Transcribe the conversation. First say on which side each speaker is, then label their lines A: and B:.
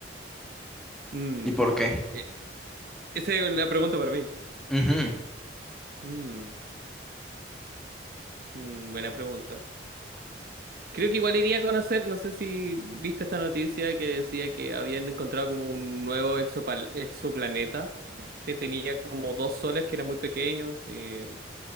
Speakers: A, on the right; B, in the centre.
A: Mm.
B: ¿Y por qué?
A: E- Esa es una pregunta para mí.
B: Ujú,
A: Mm, mm, buena pregunta. Creo que igual iría a conocer, no sé si viste esta noticia que decía que habían encontrado como un nuevo exopal- exoplaneta que tenía como dos soles que eran muy pequeños eh,